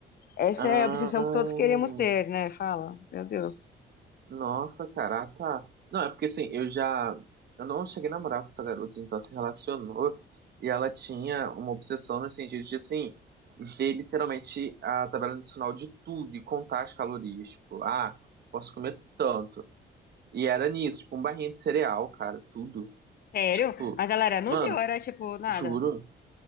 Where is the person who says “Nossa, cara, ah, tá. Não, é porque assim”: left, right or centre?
Right